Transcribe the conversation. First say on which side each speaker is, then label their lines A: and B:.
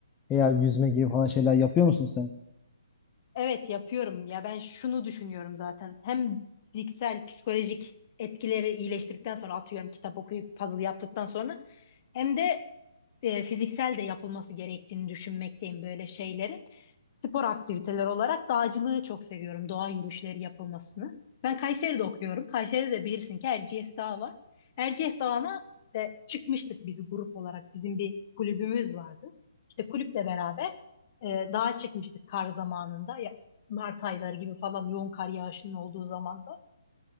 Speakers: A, on the left; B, on the left.
A: veya yüzme gibi falan şeyler yapıyor musun sen?
B: Evet yapıyorum ya ben şunu düşünüyorum zaten. Hem fiziksel, psikolojik etkileri iyileştirdikten sonra atıyorum kitap okuyup puzzle yaptıktan sonra hem de e, fiziksel de yapılması gerektiğini düşünmekteyim böyle şeylerin. spor aktiviteler olarak dağcılığı çok seviyorum. Doğa yürüyüşleri yapılmasını. Ben Kayseri'de okuyorum. Kayseri'de de bilirsin ki Erciyes Dağı var. Erciyes Dağı'na işte çıkmıştık biz grup olarak. Bizim bir kulübümüz vardı. İşte kulüple beraber e, dağa çıkmıştık kar zamanında. Ya, Mart ayları gibi falan yoğun kar yağışının olduğu zamanda.